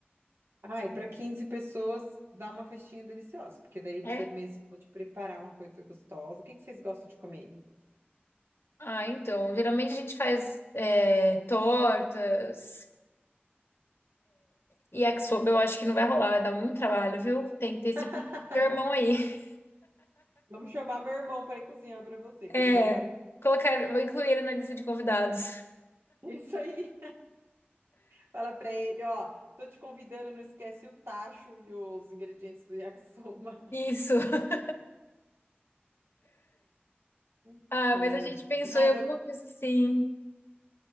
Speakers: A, on the right (about 80°); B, on the left (about 75°).
A: Ai, para quinze pessoas, dá uma festinha deliciosa, porque daí
B: É?
A: você mesmo pode preparar uma coisa gostosa. O que que vocês gostam de comer?
B: Ah, então, geralmente a gente faz é, tortas e yakisoba, eu acho que não vai rolar, dá muito trabalho, viu? Tem que ter esse
A: <laughs>
B: <laughs> irmão aí.
A: Vamos chamar meu irmão para ir cozinhar para você, que
B: É,
A: ele já mora em.
B: colocar, vou incluir ele na lista de convidados.
A: <laughs> Isso aí. Fala pra ele, ó, tô te convidando, não esquece o tacho e os ingredientes do yakisoba.
B: Isso. <laughs>
A: <laughs>
B: Ah,
A: Ai,
B: mas a gente pensou
A: nada.
B: em alguma coisa assim.